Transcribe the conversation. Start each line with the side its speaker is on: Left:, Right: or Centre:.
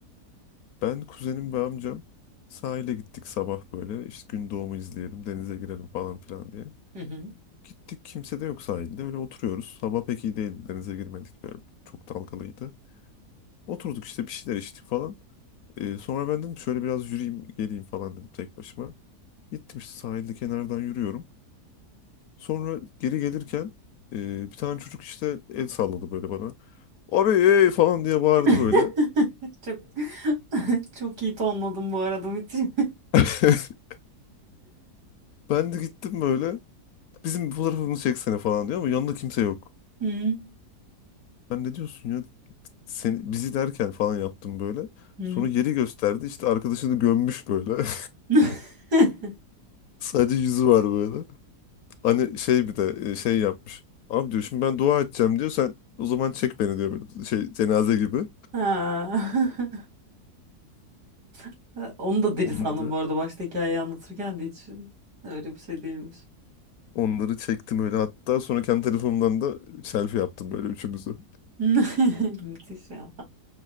Left: ben, kuzenim ve amcam sahile gittik sabah böyle. İşte gün doğumu izleyelim, denize girelim falan filan diye.
Right: Hı hı.
Left: Gittik kimse de yok sahilde. Öyle oturuyoruz. Hava pek iyi değildi. Denize girmedik. Böyle çok dalgalıydı. Oturduk işte bir şeyler içtik falan. Ee, sonra ben dedim şöyle biraz yürüyeyim geleyim falan dedim tek başıma. Gittim işte sahilde kenardan yürüyorum. Sonra geri gelirken e, bir tane çocuk işte el salladı böyle bana. Abi ey!" falan diye bağırdı
Right: <laughs>
Left: böyle.
Right: Çok <laughs> çok iyi tonladım bu arada Metin.
Left: <laughs> Ben de gittim böyle. Bizim bir fotoğrafımızı çeksene falan diyor ama yanında kimse yok.
Right: <laughs> Hı
Left: Ben ne diyorsun ya? seni, bizi derken falan yaptım böyle.
Right: hı.
Left: Sonra yeri gösterdi. İşte arkadaşını gömmüş böyle. <laughs>
Right: <laughs>
Left: Sadece yüzü var böyle. Hani şey bir de e, şey yapmış. Abi diyor şimdi ben dua edeceğim diyor. Sen o zaman çek beni diyor böyle şey cenaze gibi.
Right: Ha. <laughs> Onu da deli
Left: Onları
Right: sandım bu arada başta hikayeyi anlatırken de hiç öyle bir şey değilmiş.
Left: onları çektim öyle hatta sonra kendi telefonumdan da selfie yaptım böyle üçümüzü.
Right: <laughs> Müthiş ya.